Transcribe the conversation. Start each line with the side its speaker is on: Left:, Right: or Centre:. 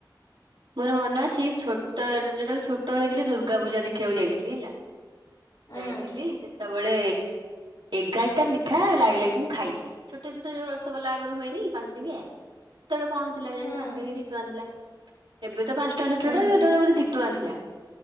Right: ମୋର ମନ ଅଛି ଛୋଟ ଯେତେବେଳେ ଛୋଟ ହେଇଥିଲି ଦୁର୍ଗା ପୂଜା ଦେଖିବାକୁ ଯାଇଥିଲି ହେଲା।
Left: ହୁଁ
Right: ଯାଇଥିଲି ସେତେବେଳେ ଏଗାରଟା ମିଠା ଲାଗ ଲଗିକା କି ମୁଁ ଖାଇଚି। ଛୋଟ ଛୋଟ ଯୋଉ ରସଗୋଲା ଆଗରୁ ହୁଏନି ପାଞ୍ଚ ଟକିଆ ସେତେବେଳେ କଣ ଥିଲା ଜାଣି
Left: ହୁଁ
Right: ପାଞ୍ଚ ଟକି ଦି ଟଙ୍କା ଥିଲା। ଏବେ ତ ପାଞ୍ଚଟା
Left: ହୁଁ
Right: ଛୋଟା ଯେତେବେଳେୋଧେ ଦିଟଙ୍କା ଥିଲା।